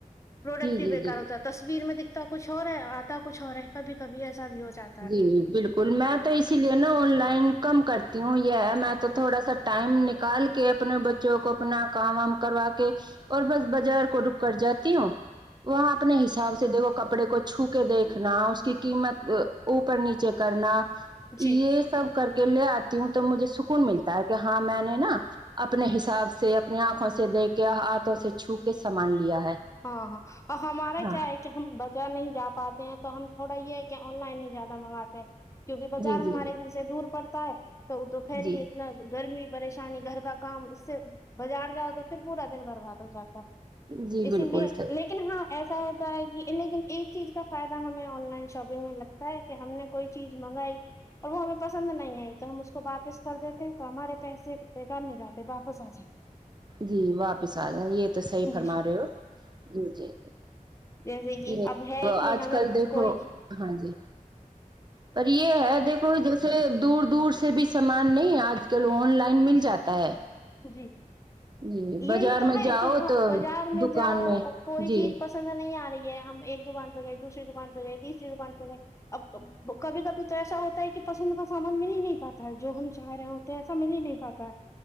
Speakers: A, on the left (about 20°); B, on the right (about 30°).
A: پروڈکٹ
B: جی
A: ہی
B: جی
A: بیکار
B: جی
A: ہوتا ہے تصویر میں دکھتا کچھ اور ہے آتا کچھ اور ہے کبھی کبھی ایسا بھی ہو جاتا ہے
B: ج بالکل ب میں تو اسی لیے نا آن لائن کم کرتی ہوں یہ ہے میں تو تھوڑا سا ٹائم نکال کہ اپنے بچوں کو اپنا کام وام کروا کے اور بس بازار کو رک کر جاتی ہوں ک وہاں اپنے حساب سے دیکھو کپڑے کو چھو کے دیکھنا اس کی قیمت اوپر نیچے کرنا یہ
A: جی
B: سب کر کے لے آ ہوں تو مجھے سکون ملتا ہے کہ ہاں میں نے نا اپنے حساب سے اپنی آنکھوں سے دیکھ کے ہاتھوں سے چھو کے سامان لیا ہے
A: ہاں ہاں اور ہمارا
B: ہاں
A: کیا ہے کہ ہم بازار نہیں جا پاتے ہیں تو ہم تھوڑا یہ ہے کہ آن لائن ہی زیادہ منگاتے ہیں کیوںکہ بازار
B: جی جی
A: ہمارے گھر سے دور پڑتا ہے تو دوپہری
B: جی
A: اتنا گرمی پریش پریشانی گھر کا کام اس سے بازار جاؤ تو پھر پورا دن برباد ہو جاتا ہے
B: جی
A: اسی
B: بالکل
A: لیے
B: صحیح
A: لیکن ہاں ایسا ہوتا لیکن ایک چیز کا فائدہ ہمیں آن لائن شاپنگ میں لگتا ہے کہ ہم نے کوئی چیز منگائی اور وہ ہمیں پسند نہیں آئی تو ہم اس کو واپس کر دیتے تو ہمارے پیسے پے کر نہیں جاتے واپس آ جات
B: جی واپس آ جائیں یہ تو صحیح
A: جی
B: فرما رہے ہو جی
A: جیسے کہ
B: جی یہ
A: اب ہے کہ
B: آج
A: ہمیں
B: کل دیکھو
A: کوئی
B: ہاں جی پر یہ ہے دیکھو جیسے دور دور سے بھی سامان نہیں آج کل آن لائن مل جاتا ہے
A: جی
B: جی
A: یہی
B: بازار
A: تو
B: میں
A: ہے
B: جاؤ
A: کہ ہاں
B: تو
A: بازار میں
B: دکان
A: جاؤ
B: میں
A: کوئی
B: جی
A: چیز پس پسند نہیں آ رہی ہے ہم ایک دکان پہ گئے دوسری دکان پہ گئے تیسری دکان پہ گئے اب کبھی کبھی تو ایسا ہوتا ہے کہ پسند کا سامان مل ہی نہیں پاتا ہے جو ہم چاہ رہے ہیں ہوتے ہیں ایسا مل ہی نہیں پاتا ہے